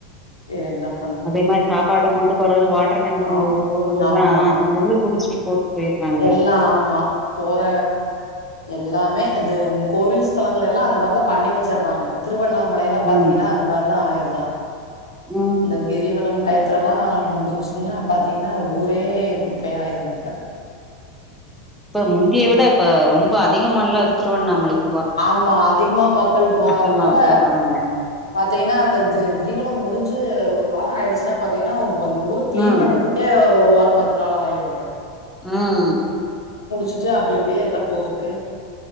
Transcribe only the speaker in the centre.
அதே மார் சாப்பாடு கொண்டு போறது வாட்டர் கேன் போ
போட்றதெல்லா
அங்கங்க குடிச்ட்டு போட்டு போயிடுறாங்க
ம்
ம்
இப்ப முந்தியை விட இப்ப ரொம்ப அதிகமால்ல திருவண்ணாமலைக்
அதிகமா க போறாங்க
ம்
ம்